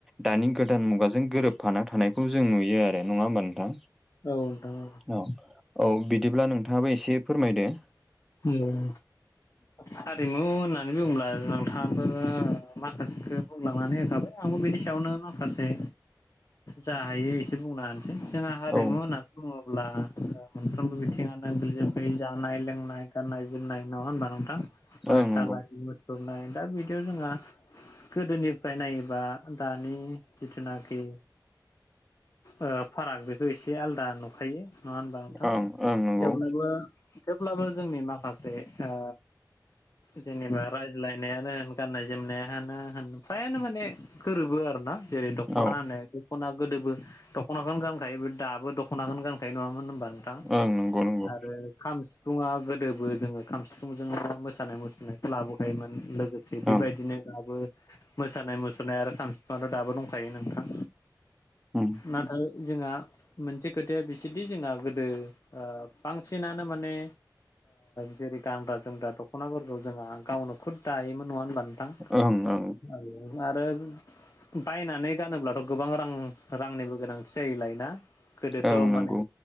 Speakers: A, in the centre; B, on the left.
A: दानि गोदान मुगाजों गोरोबफाना थानायखौ जों नुयो आरो नङा होमबा नोंथां?
B: औ नोंथां औ।
A: औ औ बिदिब्ला नोंथाङाबो एसे फोरमायदो
B: ओम हारिमु होननानै बुङोला नोंथाङो माखासेखौ बुंलांनानै होखाबाय आंबो बेनि सायावनो माखासे जा हायो एसे बुंनानै जोंहा हारिमु
A: औ
B: होनना नै बुङोब्ला मोनफ्रोमबो बिथिङानो गोलैजोबखायो जानाय लोंनाय गाननाय जोमनाय नङा होनबा नोंथां मोसानाय
A: ओं नंगौ
B: मुसुरनाय दा बिदियाव जोंहा गोदोनिफ्राय नायोबा दानि जिथुनाखि ओ फाराग बेखौ एसे आलदा नुखायो नङा होनबा नोंथां
A: ओं ओं नंगौ
B: थेवब्लाबो थेवब्लाबो जोंनि माखासे ओ जेनेबा रायज्लायनायानो होन गाननाय जोमनायानो होन फायानो माने सोरोबो आरो ना जेरै दख'ना
A: औ
B: होनो दख'ना गोदोबो दख'नाखौनो गानखायो बे दाबो दख'नाखौनो गानखायो नङामोन होमबा थां
A: ओं नंगौ नंगौ
B: आरो खाम सिफुंया गोदोबो जोङो खाम सिफुंजों मोसानाय मुसुरनायखौ लाबोखायोमोन लोगो थिग बेबायदिनो
A: ओं
B: दाबो मोसानाय मुसुरनाय आरो खाम सिफाथ' दाबो दंखायो नोंथां।
A: ओम
B: नाथाय जोंहा मोनसे खोथाया बिसोदि जोंहा गोदो बांसिनानो माने जेरै गानग्रा जोमग्रा दख'नाफोरखौ जोंहा गावनो खुद दायोमोन नङा होमबा नों
A: ओं ओं
B: आरो बायनानै गानोब्लाथ' गोबां रां रांनिबो गोनांथि जायोलाय ना गोदोथ'
A: ओं नंगौ
B: माने